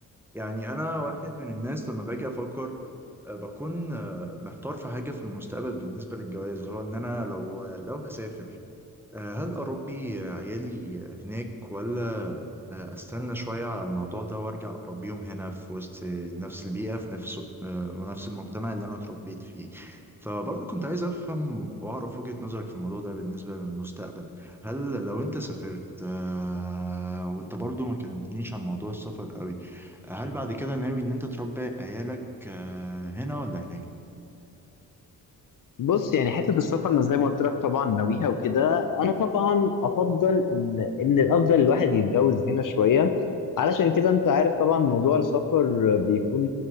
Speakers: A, in the centre; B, on the left.
A: يعني انا واحد من الناس لما باجي افكر آه بكون آه محتار في حاجة في المستقبل بالنسبة للجواز هو ان انا لو آه، لو هسافر آه، هل أربي عيالي هناك ولا آه، أستنى شوية على الموضوع ده وأرجع أربيهم هنا في وسط نفس البيئة في نفس آه، ونفس المجتمع اللي أنا اتربيت فيه فبرضه كنت عايز أفهم وأعرف وجهة نظرك في الموضوع ده بالنسبة للمستقبل هل لو أنت سافرت آه، وأنت برضه ما كلمتنيش عن موضوع السفر قوي هل بعد كده ناوي إن أنت تربي عيالك آه، هنا ولا هناك؟
B: بص يعني حتة السفر أنا زي ما قلت لك طبعا ناويها وكده أنا طبعا أفضل إن إن الأفضل الواحد يتجوز هنا شوية علشان كده أنت عارف طبعا موضوع السفر بيكون